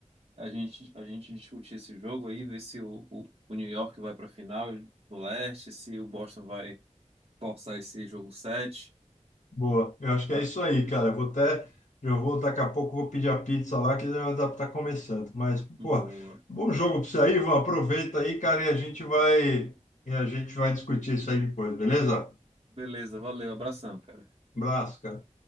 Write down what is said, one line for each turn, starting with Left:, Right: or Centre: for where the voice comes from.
Right: a gente, a gente discutir esse jogo aí, ver se o, o, o New York vai para a final do leste, se o Boston vai forçar esse jogo sete
Left: Boa. Eu acho que
Right: Bora.
Left: é isso aí, cara. Eu vou até. Já vou, daqui a pouco, vou pedir a pizza lá, que já dá pra tá começando. Mas,
Right: Boa.
Left: pô, bom jogo pra você aí, Ivan. Aproveita aí, cara, e a gente vai. E a gente vai discutir isso aí depois, beleza?
Right: Beleza, valeu, abração, cara.
Left: Um abraço, cara.